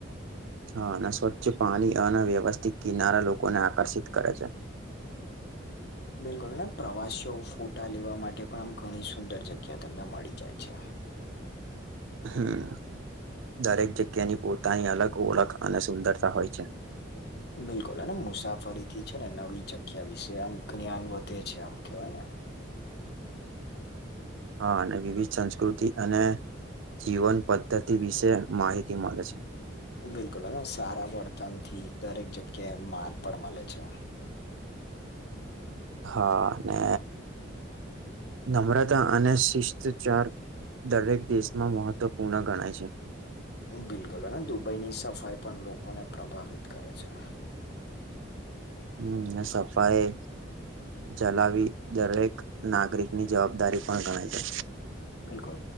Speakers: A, on the right (about 80°); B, on the left (about 55°).
A: હા અને સ્વચ્છ પાણી અને વ્યવસ્થિત કિનારા લોકોને આકર્ષિત કરે છે.
B: બિલકુલ પ્રવાસીઓ ફોટા લેવા માટે પણ આમ ઘણી સુંદર જગ્યા તમને મળી જાય છે.
A: હમ્મ દરેક જગ્યાની પોતાની અલગ ઓળખ અને સુંદરતા હોય છે.
B: <inaudible> બિલકુલ અને મુસાફરીથી છે ને નવી જગ્યા વિશે આમ જ્ઞાન વધે છે. આમ કવાય ને
A: હા અને વિવિધ સંસ્કૃતિ અને જીવન પદ્ધતિ વિશે માહિતી મળે છે.
B: બિલકુલ અને સારા વર્તનથી દરેક જગ્યાએ માન પણ મળે છે.
A: હા ને નમ્રતા અને શિસ્તચાર દરેક દેશમાં મહત્વપૂર્ણ ગણાય છે.
B: બિલકુલ અને દુબઈની સફાઈ પણ લોકોને પ્રભાવિત કરે છે.
A: હમ્મ ને સફાાઈ ચલાવી દરેક નાગરિક ની જવાબદારી પણ ગણે છે.
B: ઉન કર